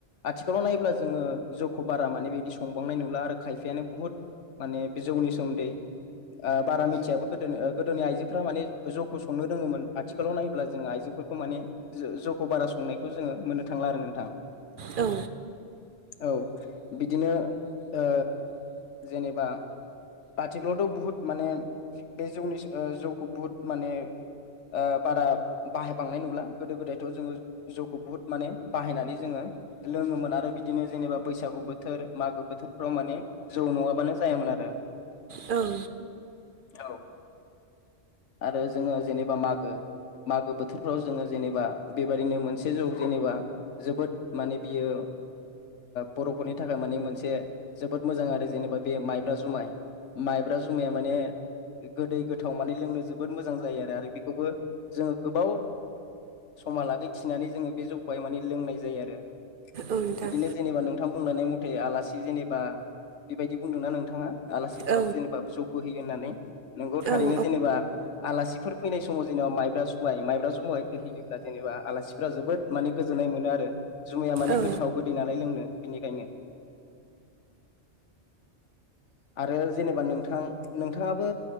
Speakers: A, on the left; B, on the right.
A: आथिखालाव नायब्ला जोङो जौखौ बारा माने बिदि संबांनाय नुला आरो खायफायानो बुहुत माने जौनि सोमोन्दै बारा मिथियाबो गोदोनि ओ गोदोनि आयजोफ्रा माने जौखौ संनो रोङोमोन आथिखालाव नायोब्ला जों आयजोफोरखौ माने खौ बारा संनायखौ जोङो मोननो थांला आरो नोंथां।
B: औ
A: औ बिदिनो ओ जेनेबा आथिखालावथ' बुहुत माने बे ओ‌ जौनि जौखौ बुहुद माने ओ बारा बाहायबांनाय नुला गोदो गोदायथ' जोङो जौखौ बुहुद माने बाहायनानै जोङो लोङोमोन आरो बिदिनो जेनेबा बैसागु बोथोर मागो बोथोरफ्राव माने जौ नङाबानो जायामोन। आरो
B: औ
A: औ आरो जोङो जेनेबा मागो मागो बोथोरफ्राव जोङो जेनेबा बेबदििनो मोनसे जौ जेनेबा जोबोद माने बियो बर'फोरनि थाखाय माने मोनसे जोबोद मोजां आरो जेनेबा बे माइब्रा जुमाय माइब्रा जुमाया माने गोदै गोथाव माने लोंनो जोबोद मोजां जायो आरो आरो बेखौबो जोङो गोबाव समा लागै थिनानै जोङो बे जौखौहाय माने लोंनाय जायो आरो
B: औ नोंथां
A: बिदिनो जेनेबा नोंथां बुंलांनाय मथे आलासि जेनेबा बेबायदि बुंदोंना नोंथाङा आलासिफोराव
B: औ
A: जेनेबा जौखौ हो नानै नंगौ थारैनो
B: औ
A: जेनेबा आलासि फोर फैनाय समाव जेनेबा माइब्रा जुमाइ माइब्रा जुमाय होयोब्ला जेनेबा आलासिफोरा जोबोद माने गोजोन्नाय मोनो आरो जुमाया माने
B: औ
A: गोथाव गोदै नालाय लोंनो बिनिखायनो आरो जेनेबा नोंथां नोंथाङाबो